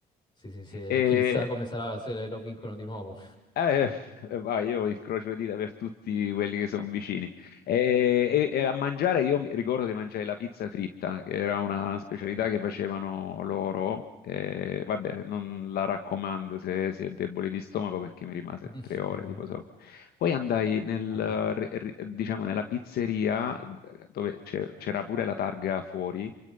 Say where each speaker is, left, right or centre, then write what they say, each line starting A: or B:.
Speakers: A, on the left; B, on the left.
A: sì, sì, sì,
B: E,
A: e chissà come sarà se lo vincono di nuovo.
B: Eh, eh, ma io incrocio le dita per tutti quelli che sono vicini. E, e-
A: <laughs>
B: e a mangiare, io mi ricordo che mangiai la pizza fritta, che era una specialità
A: Buono.
B: che facevano loro. E, vabbè, non la raccomando se si è deboli di stomaco perché mi rimase
A: Mm,
B: tre ore,
A: vabbè,
B: tipo, so. Poi andai nel,
A: immagino.
B: eh, ri- ri- diciamo, nella pizzeria eh, dove c'è- c'era pure la targa fuori,